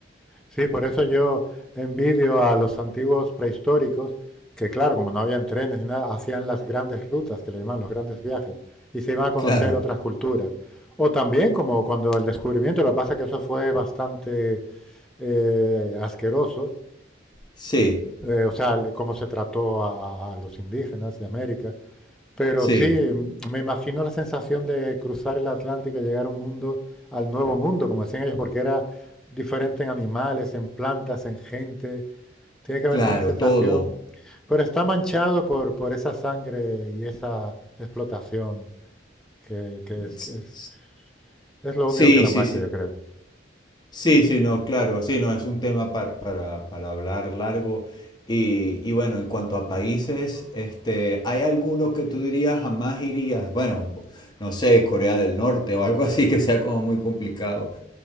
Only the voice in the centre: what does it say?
Sí, por eso yo envidio a los antiguos prehistóricos que, claro, como no habían trenes ni nada, hacían las grandes rutas, que le llaman los grandes viajes, y se iban a conocer
otras culturas. O también como cuando el descubrimiento, lo que pasa es que eso fue bastante eh, asqueroso,
eh, o sea, el- cómo se trató a, a los indígenas de América. Pero
sí, mm, me imagino la sensación de cruzar el Atlántico y llegar a un mundo, al nuevo mundo, como decían ellos, porque era diferente en animales, en plantas, en gente, tiene que
haber sido una sensación,
pero está manchado por, por esa sangre y esa explotación, que, que es,
es- es lo
único que la
mancha,
yo creo.